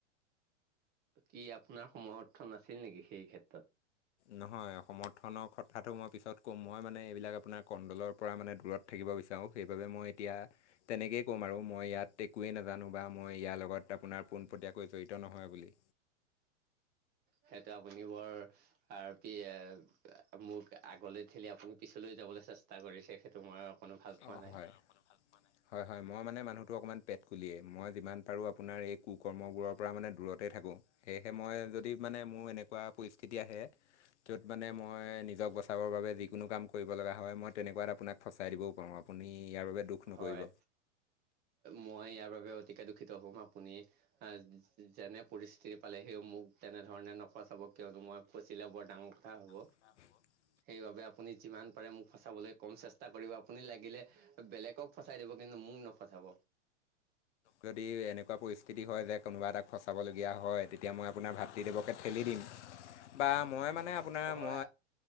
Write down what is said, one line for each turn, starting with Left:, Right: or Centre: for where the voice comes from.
Right: কি আপোনাৰ সমৰ্থন নাছিল নেকি সেই ক্ষেত্ৰত?
Left: নহয়, সমৰ্থনৰ কথাটো মই পিছত কম, মই মানে এইবিলাক আপোনাৰ কণ্ডলৰ পৰা মানে দূৰত থাকিব বিচাৰোঁ, সেইবাবে মই এতিয়া তেনেকেই ক'ম আৰু মই ইয়াত একোৱেই নাজানো বা মই ইয়াৰ লগত আপোনাৰ পোনপটীয়াকৈ জড়িত নহয় বুলি
Right: সেইটো আপুনি বৰ আৰু প এ মোক আগলৈ ঠিলি আপুনি পিছলৈ যাবলৈ চেষ্টা কৰিছে, সেইটো মই অকণো ভাল পোৱা
Left: অ'
Right: নাই।
Left: হয়। হয়, হয়, মই মানে মানুহটো অকণমান পেট কুলিয়েই, মই যিমান পাৰোঁ আপোনাৰ এই কুকৰ্মবোৰৰ পৰা মানে দূৰতেই থাকোঁ। সেয়েহে মই যদি মানে মোৰ এনেকুৱা পৰিস্থিতি আহে, য'ত মানে মই নিজক বচাবৰ বাবে যিকোনো কাম কৰ কৰিব লগা হয়, মই তেনেকুৱাত আপোনাক ফচাই দিবও পাৰোঁ, আপুনি ইয়াৰ বাবে দুখ নকৰিব।
Right: হয়, মই ইয়াৰ বাবে অতিকে দুখিত হ'ম আপুনি অ', যেনে পৰিস্থিতি পালে সি মোক তেনেধৰণে নফচাব, কিয়নো মই ফচিলে বৰ ডাঙৰ কথা হ'ব।
Left: হ হ <unintelligible>
Right: সেইবাবে আপুনি যিমান পাৰে মোক ফচাবলৈ কম চেষ্টা কৰিব, আপুনি লাগিলে বেলেগ ক ফচাই দিব, কিন্তু মোক নফচাব।
Left: যদি এনেকুৱা পৰিস্থিতি হয় যে কোনোবা এটাক ফচাব লগ হয় তেতিয়া মই আপোনাৰ ভাতৃদেৱকে ঠেলি দিম বা মই মানে আপোনাৰ
Right: হয়
Left: ম